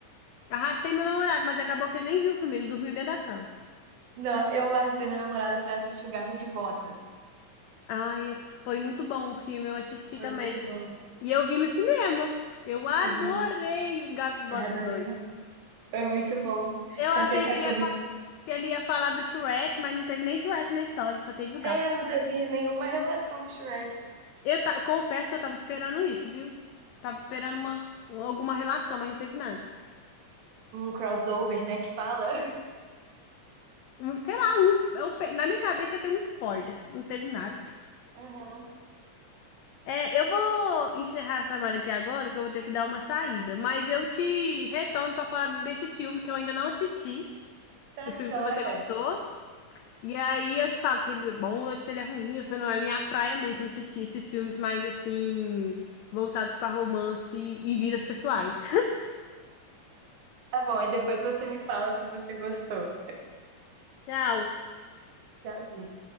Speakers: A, on the left; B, on the right.
A: Arrastei meu namorado, mas acabou que ele nem viu o filme, ele dormiu dentro da sala.
B: Não, eu arrastei meu namorado pra assistir o Gato de Botas.
A: Ai, foi muito bom o filme, eu assisti
B: Foi
A: também.
B: muito bom.
A: E eu vi no cinema. Eu adorei
B: Eu vi no...
A: Os Gatos de Botas
B: Eu adorei.
A: dois
B: Foi muito bom.
A: Eu achei
B: Com aquele cachorrinho.
A: que ele ia, fa- que ele ia falar do Shrek, mas não teve nem Shrek na história, só teve o
B: É,
A: gato.
B: não teve nenhuma relação com o Shrek.
A: Eu ta- confesso que eu tava esperando isso, viu? Tava esperando uma, alguma relação, mas não teve nada.
B: Um crossover, né, que fala.
A: Um- sei lá, um, es- eu pe- na minha cabeça tem um spoiler, não teve nada.
B: <laughs> Aham.
A: É, eu vou encerrar essa chamada aqui agora, que eu vou ter que dar uma saída. Mas eu te retorno pra falar desse filme que eu ainda não assisti,
B: Tá
A: do filme
B: joia.
A: que você gostou. E aí eu te falo se ele é bom ou se ele é ruim, ou se não é minha praia mesmo assistir esses filmes mais assim, voltados pra romance e vidas pessoais. <laughs>
B: Tá bom, e depois você me fala se você gostou.
A: Tchau.
B: Já vi.